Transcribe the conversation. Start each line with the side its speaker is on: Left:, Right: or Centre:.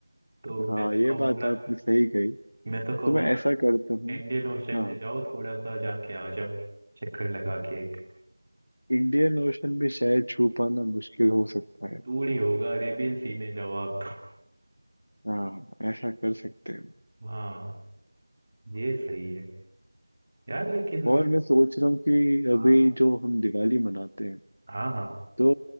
Right: तो मैं
Left: हाँ
Right: तो
Left: ये
Right: कहूंगा
Left: बात आपने सही कही
Right: मैं तो कहूंगा
Left: तो मैं ऐसा करता हूँ
Right: इंडियन ओशन
Left: हाँ
Right: में जाओ थोड़ा सा जाके आ जाओ चक्कर लगा के एक
Left: इंडियन ओशन भी शायद छू पाना मुश्किल हो सकता है
Right: दूर ही होगा अरेबियन सी में जाओ आप तो
Left: हाँ ऐसा कर सकते हैं
Right: हाँ ये सही है यार लेकिन
Left: और मैं सोच रहा हूँ कि
Right: हाँ
Left: अभी जो हम दिवाली मनाते हैं
Right: हाँ हाँ
Left: तो